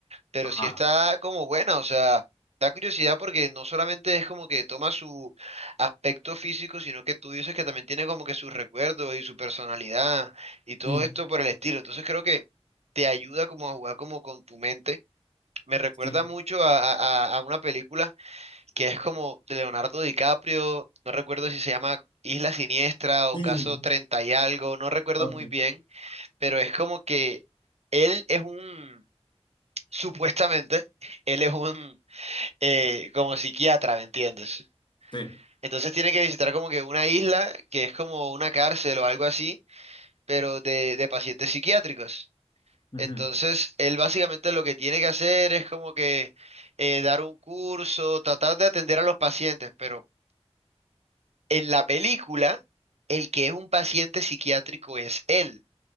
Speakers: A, on the right; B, on the left.
A: pero
B: Ajá,
A: sí está como buena, o sea, da curiosidad porque no solamente es como que toma su aspecto físico, sino que tú dices que también tiene como que sus recuerdos y su personalidad y todo
B: sí,
A: esto por el estilo. Entonces creo que te ayuda como a jugar como con tu mente. Me recuerda
B: sí,
A: mucho a, a- a- a una película que es como de Leonardo DiCaprio, no recuerdo si se llama Isla Siniestra o
B: sí,
A: Caso Treinta y algo, no recuerdo
B: ok,
A: muy bien, pero es como que él es un supuestamente, él es un, eh, como psiquiatra, ¿me entiendes?
B: sí.
A: Entonces tiene que visitar como que una isla que es como una cárcel o algo así, pero de, de pacientes psiquiátricos.
B: ujú.
A: Entonces, él básicamente lo que tiene que hacer es como que eh, dar un curso, tratar de atender a los pacientes, pero en la película, el que es un paciente psiquiátrico es él.